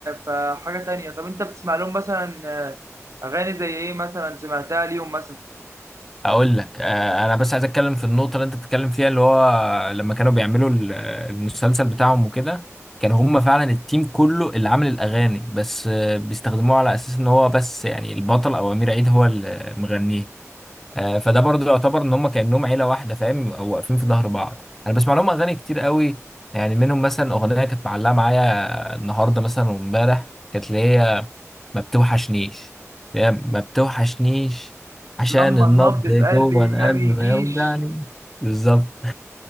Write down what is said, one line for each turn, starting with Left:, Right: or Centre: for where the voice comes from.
Right: فحاجه تانية طب انت بتسمع لهم مثلا آه، اغاني زي ايه مثلا سمعتها ليهم مثلا
Centre: اقول لك آه، انا بس عايز اتكلم في النقطه اللي انت بتتكلم فيها اللي هو لما كانوا بيعملوا ال- المسلسل بتاعهم وكده كانوا هم فعلا التيم كله اللي عامل الاغاني بس آه، بيستخدموه على اساس ان هو بس يعني البطل او امير عيد هو اللي مغنيه آه، فده برضه يعتبر ان هم كانهم عيله واحده فاهم او واقفين في ظهر بعض انا بسمع لهم اغاني كتير قوي يعني منهم مثلا اغنيه كانت معلقه معايا النهارده مثلا وامبارح كانت اللي هي ما بتوحشنيش اللي هي ما بتوحشنيش عشان
Right: لما
Centre: النبض
Right: النبض في
Centre: جوه
Right: قلبي
Centre: القلب
Right: ما بيجيش
Centre: ما يوجعني بالظبط